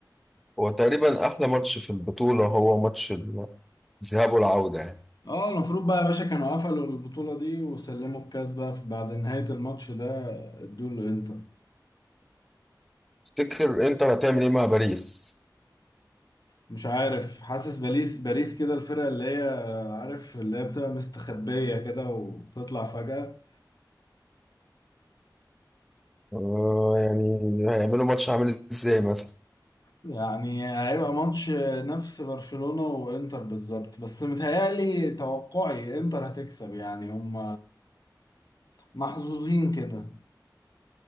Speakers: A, in the centre; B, on the left.
A: هو تقريبا احلى ماتش في البطولة هو ماتش الذهاب والعودة يعني
B: اه المفروض بقى يا باشا كانوا قفلوا البطولة دي وسلموا الكاس بقى في- بعد نهاية الماتش ده ادوه لانتر
A: تفتكر انتر هتعمل ايه مع باريس
B: مش عارف حاسس باريس باريس كده الفرقة اللي هي عارف اللي هي بتبقى مستخبية كده وتطلع فجأة
A: آه، يعني هيعملوا ماتش عامل ازاي مثلا
B: يعني هيبقى ماتش نفس برشلونة وانتر بالظبط بس متهيألي توقعي انتر هتكسب يعني هم محظوظين كده